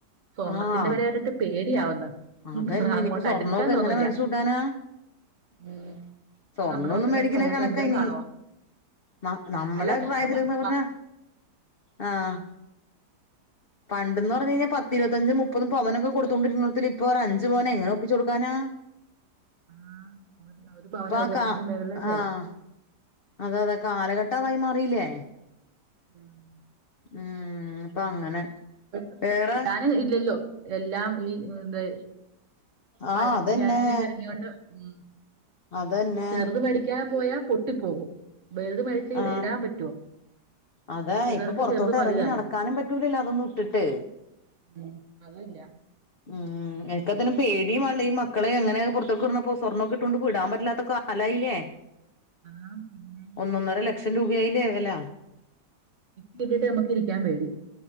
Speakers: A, on the right; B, on the left.
A: സ്വർണ്ണത്തിന്റെ
B: ആഹ്
A: വില കേട്ടിട്ട് പേടിയാവുന്ന്
B: അതന്നെ
A: അങ്ങോട്ട്
B: ഇനിയിപ്പോ സ്വർണ്ണൊക്കെ
A: അടുക്കാൻ തോന്നൂല്ല
B: എങ്ങനെ മേടിച്ചുട്ടാനാ
A: ഉം
B: സ്വർണൊന്നും
A: നമ്മുടെ മക്കൾക്കൊക്കെ
B: മേടിക്കിന
A: കയ്യിനാത്ത്
B: കണക്ക
A: വല്ലോം
B: ഇനി
A: കാണുവോ
B: ന്ന നമ്മടെ
A: അല്ല ക-
B: പ്രായത്തില്
A: മ-
B: ന്ന് പർഞ്ഞാ
A: മ-
B: ആഹ് പണ്ട്ന്ന് പറഞ്ഞ് കഴിഞ്ഞാ പത്തിരുപത്തഞ്ച് മുപ്പ പ്പതും പവനൊക്കെ കൊടുത്തോണ്ടിരുന്നതിൽ ഇപ്പൊ ഒരു അഞ്ച് പവനെങ്ങനെ ഒപ്പിച്ചൊട്ക്കാനാ
A: ആ, ഒരു ഒരു പവന്
B: പക്ക
A: ഒരു ലക്ഷത്തിന്റെ മേളിലല്ലേ
B: ആഹ അതെ അതെ കാലഘട്ടം അതായി മാറിയില്ലേ
A: മം
B: ഉം ഇപ്പൊ അങ്ങനെ
A: <unintelligible>
B: വേറെ
A: ഇല്ലല്ലോ എല്ലാം ഈ ന്തെ
B: ആഹ്
A: പയിനെട്ട്
B: അതന്നെ
A: ക്യാരറ്റിനൊ ക്കെ എർങ്ങിയോണ്ട് ഉ
B: അതന്നെ
A: ചെറുത് മേടിക്കാൻ പോയാ പൊട്ടിപ്പോകും ബലുത് മേടിച്ച്
B: ആഹ്
A: ഇടാൻ പറ്റുവോ?
B: അതാ
A: പിള്ളേർക്ക്
B: ഇപ്പൊ പൊറത്തോട്ട്
A: ചെറുത് മതിതാനും
B: എറങ്ങി നടക്കാനും പറ്റൂലല്ലോ അതൊന്നും ഇട്ടിട്ട്
A: ഉം അത് ല്ല
B: ഉം എനക്കതിനു പേടിയും മാണല്ലോ ഈ മക്കളെ എങ്ങനെ പൊർത്ക് ട്ണ പോ സ്വർണൊക്കെ ഇട്ടൊണ്ട് വിടാൻ പറ്റ്ല്ലാത്ത ക്കാല കാലായില്ലേ
A: ആഹ് പിന്നെ
B: ഒന്നൊന്നര ലക്ഷം രൂപയായില്ലേ വെല
A: വീട്ടിലിട്ടിട്ട് നമ്മക്ക് ഇരിക്കാൻ പേടി